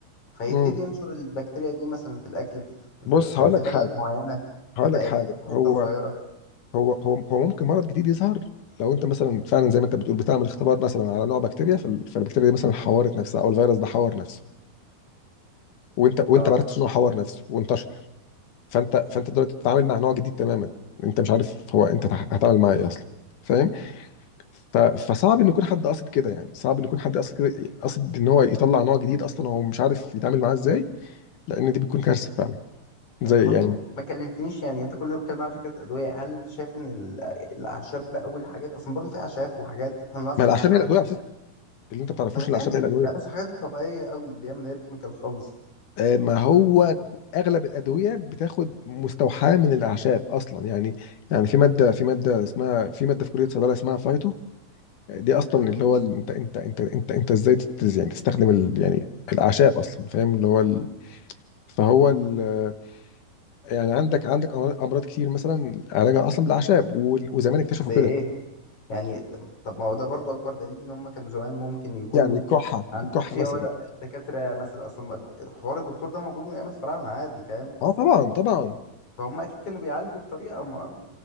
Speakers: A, on the left (about 40°); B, on the left (about 65°).
A: فيبتدي
B: مم.
A: ينشر البكتيريا دي مثلا في الاكل في,
B: بص
A: في, في
B: هقول
A: في
B: لك
A: بلد
B: حاجه
A: معينه في
B: هقول
A: بقى
B: لك حاجه
A: في في حته
B: هو
A: صغيره
B: هو هو هو ممكن مرض جديد يظهر لو انت مثلا فعلا زي ما انت بتقول بتعمل اختبار مثلا على نوع بكتيريا فال- فالبكتيريا دي مثلا حورت نفسها او الفيروس ده حور نفسه وانت وانت
A: اه
B: ما عرفتش انه حور نفسه وانتشر فانت فانت دلوقتي بتتعامل مع نوع جديد تماما انت مش عارف هو انت تع- هتعامل معاه ايه اصلا فاهم ف- فصعب ان يكون حد قاصد كده يعني صعب ان يكون حد قاصد كده قاصد ان هو يطلع نوع جديد اصلا هو مش عارف يتعامل معاه ازاي لان دي بتكون كارثه فعلا زي
A: انت برضو
B: يعني
A: م- ما كلمتنيش يعني انت كل يوم بتتكلم عن فكره ادويه هل انت شايف ان ال- الاعشاب بقى والحاجات اصلا برضو في اعشاب وحاجات احنا ما نعرفش
B: ما الاعشاب
A: عنها حاجه
B: هي الادويه على فكره اللي انت ما تعرفوش
A: ما انا
B: ان
A: فاهم
B: الاعشاب هي الادويه
A: لا بس الحاجات الطبيعيه قوي اللي هي من غير كيميكال خالص
B: آه، ما هو ك- اغلب الادويه بتاخد مستوحاه من الاعشاب اصلا يعني يعني في ماده في ماده اسمها في ماده في كليه صيدله اسمها فايتو دي اصلا
A: مم.
B: اللي هو ال- انت انت انت انت انت ازاي تت- يعني تستخدم ال يعني الاعشاب اصلا فاهم اللي هو ال فهو ال يعني عندك عندك امراض أمراض كتير مثلا علاجها اصلا بالاعشاب وال- وزمان اكتشفوا
A: زي
B: كده
A: ايه يعني طب ما هو ده برضو اكبر دليل ان هم كانوا زمان ممكن يكون
B: يعني الكحه
A: عند
B: الكحه
A: في
B: مثلا
A: علا- دكاتره مثلا اصلا الد- حوار الدكتور ده موجود من ايام الفراعنه عادي فاهم
B: اه طبعا طبعا
A: فهم اكيد كانوا بيعالجوا بطريقه ما